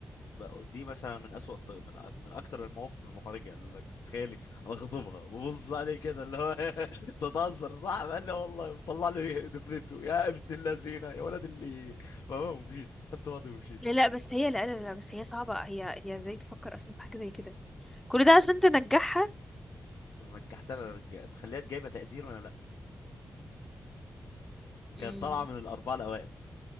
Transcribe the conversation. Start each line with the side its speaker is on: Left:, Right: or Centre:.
Left: بقى- دي مثلا من أسوأ الط- من من اكتر المواقف المحرجه يعني، اللي لك تخيلي انا خاطبها ببص عليه كده اللي هو <laughs> تتهزر صح قال لي والله طلع لي دبلته يا ابن اللذينه يا ولد اللي <laughs> فاهمه ومشيت خدت وضعي ومشيت
Centre: لا لا بس هي لا لا لا بس هي صعبة هي هي ازاي تفكر اصلا في حاجة زي كده كل ده عشان تنجحها
Left: رجعت انا رج... مخليها جايبه تقدير وانا لا كانت
Centre: امم
Left: طالعه من الاربعه الاوائل